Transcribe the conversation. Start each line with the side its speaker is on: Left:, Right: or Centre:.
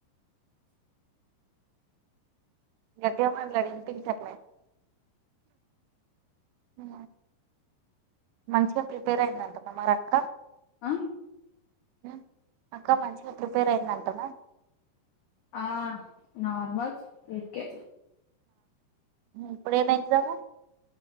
Right: గడ్డిగ మాట్లాడు ఇనిపించట్లే హూ మంచిగ ప్రిపేర్ అయిందంటన మరి అక్క
Left: అ
Right: ఉమ్, అక్క మంచిగా ప్రిపేర్ అయిందంటనా
Left: ఆ నార్మల్ ఓకే
Right: ఇప్పుడేం ఎగ్జాము